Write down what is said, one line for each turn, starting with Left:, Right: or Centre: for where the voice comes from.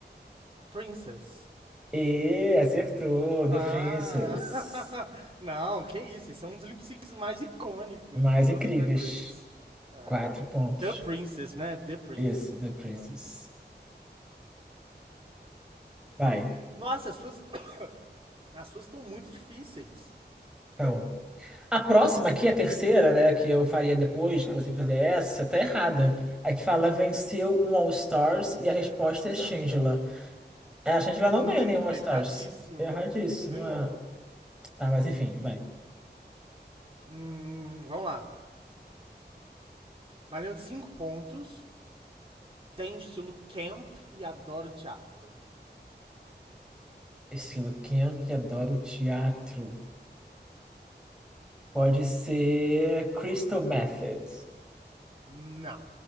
Right: princess.
Centre: E acertou, Defenses.
Right: Ah! <laughs> Não, que isso, esse é um dos lip syncs mais icônicos
Centre: Mais
Right: de toda
Centre: incríveis.
Right: Drag Race. É.
Centre: Quatro pontos.
Right: The Princess, né? The Princess,
Centre: Isso, Defenses.
Right: o nome dela.
Centre: Vai.
Right: Nossa, as suas. <coughs> As suas estão muito difíceis.
Centre: Então, a próxima aqui, a terceira, né, que eu faria depois que você fizer essa, tá errada. Aqui fala venceu um All-Stars e a resposta é Shangela. É, A Shangela não
Right: Hum,
Centre: ganhou nenhum All-Stars.
Right: erradíssima.
Centre: Erradíssima.
Right: Nunca ganhou.
Centre: Tá, mas enfim, vai.
Right: Hum, vamos lá. Valendo 5 pontos. Tem estilo camp e adoro teatro.
Centre: Estilo, quem é que adora o teatro? Pode ser Crystal Method.
Right: Não.